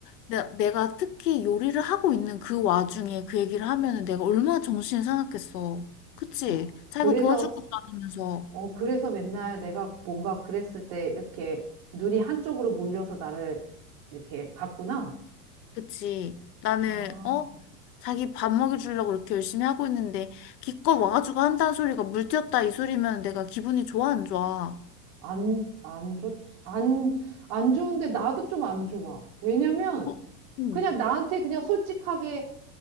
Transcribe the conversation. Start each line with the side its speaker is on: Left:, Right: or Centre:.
Left: 내, 내가 특히 요리를 하고 있는 그 와중에 그 얘기를 하면은 내가 얼마나 정신이 사납겠어. 그치?
Right: 어.
Left: 자기가
Right: 그래서,
Left: 도와줄 것도 아니면서.
Right: 어, 그래서 맨날 내가 뭔가 그랬을 때 이렇게 눈이 한쪽으로 몰려서 나를 이렇게 봤구나.
Left: 그치. 나는,
Right: 아.
Left: 어? 자기 밥 먹여주려고 이렇게 열심히 하고 있는데, 기껏 와가지고 한다는 소리가 물 튀었다 이 소리면 내가 기분이 좋아, 안 좋아?
Right: 안, 안 좋, 안, 안 좋은데 나도 좀 안 좋아. 왜냐면
Left: 어? 응.
Right: 그냥 나한테 그냥 솔직하게